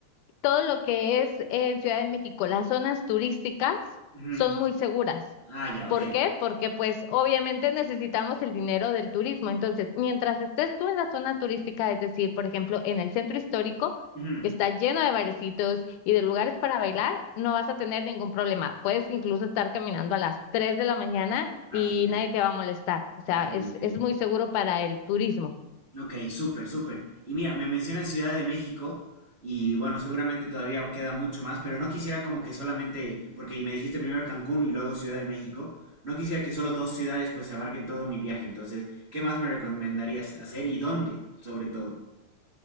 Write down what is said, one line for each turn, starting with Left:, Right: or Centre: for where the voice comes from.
Left: todo lo que es en Ciudad de México, las zonas turísticas
Right: Ujú.
Left: son muy seguras.
Right: Ah, ya,
Left: ¿Por
Right: ok.
Left: qué? Porque pues obviamente necesitamos el dinero del turismo. Entonces, mientras estés tú en la zona turística, es decir, por ejemplo, en el centro histórico,
Right: Ujú.
Left: que está lleno de barecitos y de lugares para bailar, no vas a tener ningún problema. Puedes incluso estar caminando a las 3 de la mañana
Right: Ah,
Left: y
Right: genial.
Left: nadie te va a molestar. O sea,
Right: Ok,
Left: es,
Right: ok.
Left: es muy seguro para el turismo.
Right: Ok, súper, súper. Y mira, me mencionas Ciudad de México y bueno, seguramente todavía queda mucho más, pero no quisiera como que solamente, porque me dijiste primero Cancún y luego Ciudad de México, no quisiera que solo dos ciudades pues se abarquen todo mi viaje. Entonces, ¿qué más me recomendarías hacer y dónde, sobre todo?